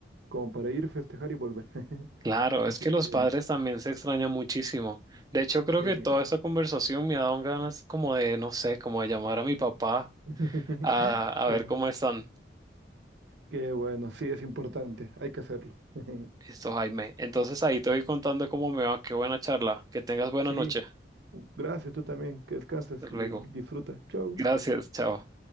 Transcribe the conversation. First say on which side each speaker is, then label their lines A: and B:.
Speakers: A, on the right; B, on the right.
A: como para ir, festejar y volver. <laughs>
B: Claro,
A: Así
B: es que los
A: que,
B: padres también se extrañan muchísimo. De hecho, creo
A: sí.
B: que toda esta conversación me ha dado ganas como de, no sé, como de llamar a mi papá
A: <laughs>
B: a, a
A: Qué
B: ver
A: bueno.
B: cómo están.
A: Qué bueno, sí, es importante, hay que hacerlo. <laughs>
B: Listo, Jaime. Entonces ahí te voy contando cómo me va. Qué buena charla. Que tengas buena
A: Sí,
B: noche.
A: gracias, tú también, que descanses
B: Hasta
A: y
B: luego.
A: disfruta. Chau.
B: Gracias. Chao.